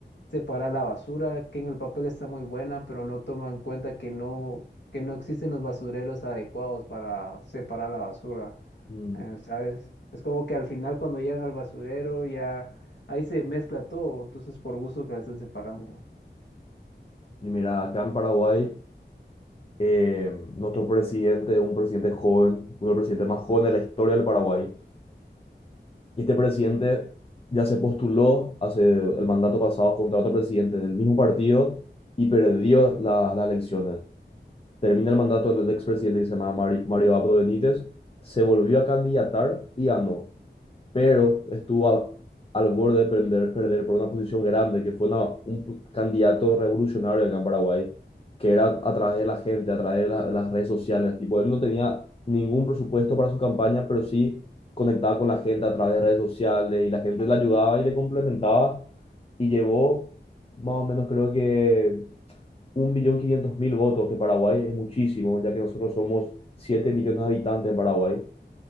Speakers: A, on the left; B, on the left.
A: separar la basura, que en el papel está muy buena, pero no toma en cuenta que no, que no existen los basureros adecuados para separar la basura,
B: Mm.
A: eh, ¿sabes? Es como que al final cuando llegan al basurero ya ahí se mezcla todo, entonces por gusto que la estén separando.
B: Y mira, acá en Paraguay, eh, nuestro presidente es un presidente joven, uno de los presidentes más jóvenes de la historia del Paraguay. Y este presidente ya se postuló hace el mandato pasado contra otro presidente del mismo partido y perdió la- las elecciones. Termina el mandato del expresidente que se llama Mari- Mario Abdo Benítez, se volvió a candidatar y ganó pero estuvo a- al borde de perder, perder por una posición grande, que fue una- un pu- candidato revolucionario acá en Paraguay, que era a través de la gente, a través de la- las redes sociales. Tipo, él no tenía ningún presupuesto para su campaña, pero sí conectaba con la gente a través de redes sociales y la gente le ayudaba y le complementaba y llevó más o menos creo que 1.500.000 votos, que Paraguay es muchísimo, ya que nosotros somos 7 millones de habitantes en Paraguay